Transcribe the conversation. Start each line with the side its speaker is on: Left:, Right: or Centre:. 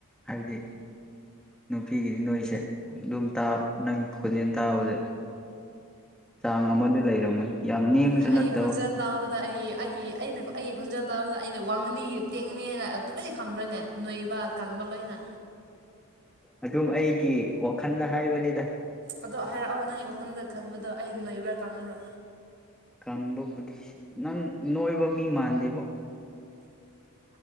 Centre: ꯍꯥꯏꯕꯗꯤ ꯅꯨꯄꯤꯒꯤꯗꯤ ꯅꯣꯏꯁꯦ ꯑꯗꯨꯝꯥ ꯅꯪ ꯈꯣꯟꯖꯦꯜ ꯇꯥꯕꯗ ꯆꯥꯡ ꯑꯃꯗꯤ ꯂꯩꯔꯝꯃꯅꯤ ꯌꯥꯝ ꯅꯦꯝꯕꯁꯨ
Right: ꯑꯩꯒꯤ
Centre: ꯅꯠꯇ
Right: ꯈꯣꯟꯖꯦꯜ ꯇꯥꯕꯗ ꯑꯩ ꯑꯩꯒꯤ ꯑꯩꯅ ꯑꯩꯒꯤ ꯈꯣꯟꯖꯦꯜ ꯇꯥꯕꯗ ꯑꯩꯅ ꯋꯥꯡꯉꯅꯤ ꯇꯦꯛꯉꯅꯤꯅ ꯂꯣꯏꯅ ꯈꯪꯕ꯭ꯔꯅꯦ ꯅꯣꯏꯕ ꯀꯥꯡꯪꯕ ꯂꯣꯏꯅ
Centre: ꯑꯗꯨꯝ ꯑꯩꯒꯤ ꯋꯥꯈꯜꯗ ꯍꯥꯏꯕꯅꯤꯗ
Right: ꯑꯗꯣ ꯍꯥꯏꯔꯛꯑꯣ ꯅꯪꯒꯤ ꯋꯥꯈꯜꯗ ꯈꯟꯕꯗꯣ ꯑꯩ ꯅꯣꯏꯕ꯭ꯔꯥ ꯀꯥꯡꯪꯕ꯭ꯔꯥ
Centre: ꯀꯪꯕ ꯕꯨꯙꯤꯁ ꯅꯪ ꯅꯣꯏꯕ ꯃꯤ ꯃꯥꯟꯗꯦꯕꯣ